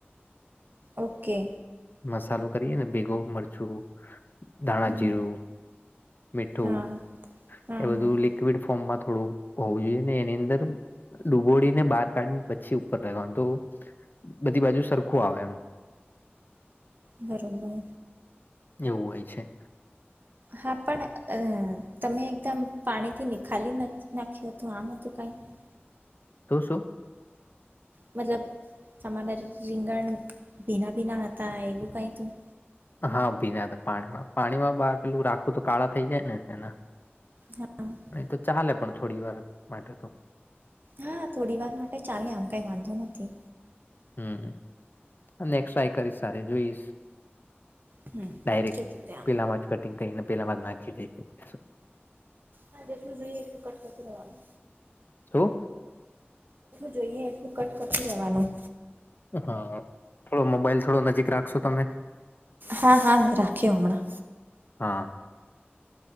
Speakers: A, on the right (about 50°); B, on the left (about 50°).
A: ઓકે.
B: મસાલો કરીએ ને ભેગું મરચું. ધાણાજીરુ,
A: હમ
B: મીઠું
A: હા હા
B: એ
A: હા
B: બધું લિક્વિડ ફોર્મમાં થોડું હોવું જોઈએ ને એની અંદર ડુબોડીને બહાર કાઢીને પછી ઉપર લગાવવાનું તો બધી બાજુ સરખું આવે એમ.
A: બરાબર.
B: એવું હોય છે.
A: હા પણ અ તમે એકદમ પાણીથી નિખાલી નાખ્યું હતું આમ હતું કઈ.
B: શું શું.
A: મતલબ તમારા રીંગણ ભીના ભીના હતા એવું કઈ તું.
B: હા ભીના હતા પાણીમાં પાણીમાં બાર પેલું રાખું તો કાળા થઈ જાય ને એના
A: હા
B: એ તો ચાલે પણ થોડી વાર માટે તો.
A: હા થોડી વાર માટે ચાલે આમ કઈ વાંધો નથી.
B: હમ્મ અને ટ્રાય કરીશ સારે જોઈશ.
A: હમ
B: ડાયરેક
A: જોજું ત્યાં
B: પેલામાં જ કટિંગ કરીને પેલામાં જ નાખી દે.
A: હ જેટલું જોઈએનું.
B: શું
A: જોઈએ એટલું કટકટું રહેવાનું.
B: હા થોડો મોબાઈલ થોડો નજીક રાખશો તમે.
A: હા હા મેં રાખ્યો હમણાં.
B: હા